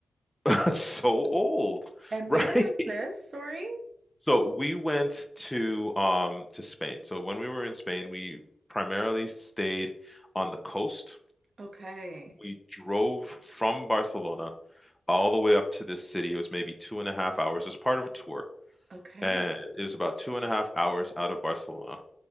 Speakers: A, in the centre; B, on the right.
A: <laughs> so old,
B: And
A: right?
B: where was this? Sorry.
A: So we went to um to Spain. So when we were in Spain, we primarily stayed on the coast.
B: Okay.
A: We drove from Barcelona all the way up to this city. It was maybe two and a half hours. It was part of a tour,
B: Okay.
A: and it was about two and a half hours out of Barcelona.